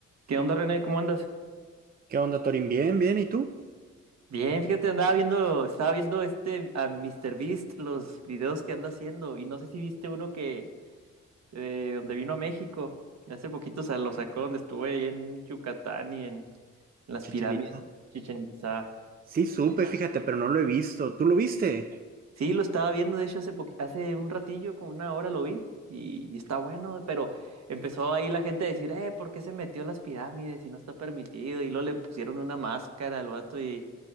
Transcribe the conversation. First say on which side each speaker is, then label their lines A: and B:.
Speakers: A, on the right; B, on the right.
A: ¿Qué onda, René? ¿Cómo andas?
B: ¿Qué onda, Torín? Bien, bien, ¿y tú?
A: Bien, fíjate, andaba viendo, estaba viendo este a Mr. Beast, los videos que anda haciendo, y no sé si viste uno que eh, donde vino a México, que hace poquito se lo sacó donde estuve ahí en Yucatán y en, en las
B: Chichenita.
A: pirámides, Chichen Itzá.
B: Sí, supe, fíjate, pero no lo he visto. ¿Tú lo viste?
A: Sí, lo estaba viendo, de hecho, hace, poqu- hace un ratillo, como una hora lo vi, y, y está bueno, pero empezó ahí la gente a decir, eh, ¿por qué se metió a las pirámides y no está permitido? Y luego le pusieron una máscara al vato y,